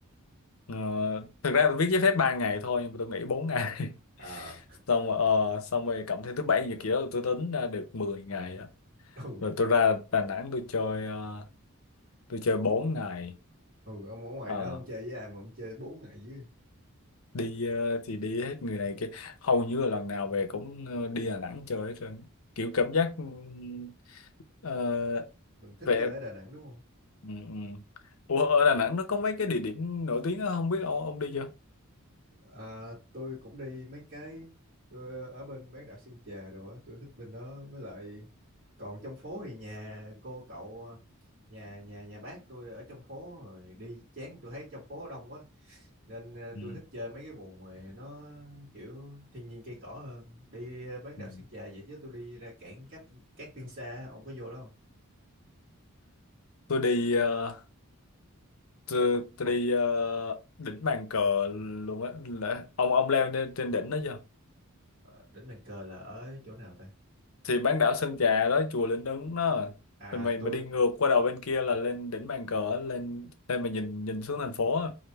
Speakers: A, on the left (about 70°); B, on the right (about 40°).
A: Ờ, thực ra tôi viết giấy phép 3 ngày thôi nhưng mà tôi nghỉ 4 ngày. <laughs>
B: à
A: Xong rồi, ờ, xong rồi cộng thêm thứ bảy nhật gì đó tôi tính ra được 10 ngày á.
B: <laughs> ừ
A: Rồi tôi ra Đà Nẵng tôi chơi ờ, tôi chơi 4 ngày.
B: ừ, ông ở ngoài
A: ờ.
B: đó ông chơi với ai mà ông chơi 4 ngày dưới
A: đi ờ, thì đi hết người này kia hầu như là lần nào về cũng ờ, đi Đà Nẵng chơi hết trơn kiểu cảm giác ừm, ờ,
B: mình thích
A: về
B: chơi ở Đà Nẵng đúng không
A: ừ, ừ. Ủa, ở Đà Nẵng nó có mấy cái địa điểm nổi tiếng đó, không biết ông ông đi chưa
B: à, tôi cũng đi mấy cái tôi ở bên bán đảo Sơn Trà rồi á tôi thích bên đó với lại còn trong phố thì nhà cô cậu à, nhà nhà nhà bác tôi ở trong phố rồi đi chán tôi thấy trong phố đông quá nên ờ,
A: ừ.
B: tôi thích chơi mấy cái vùng mà nó kiểu thiên nhiên cây cỏ hơn đi ờ, bán đảo
A: ừ.
B: Sơn Trà vậy chứ tôi đi ra cảng Cát Cát Tiên Sa ông có vô đó không
A: tôi đi ờ, tôi, tôi đi ờ, đỉnh Bàn Cờ luôn á Là- ông ông leo lên trên đỉnh đó chưa
B: ờ, đỉnh Bàn Cờ là ở chỗ nào ta
A: thì bán đảo Sơn Trà đó chùa Linh Ứng đó
B: à
A: rồi mình
B: tôi
A: mà đi ngược qua đầu bên kia là lên đỉnh Bàn Cờ á, lên lên mà nhìn nhìn xuống thành phố á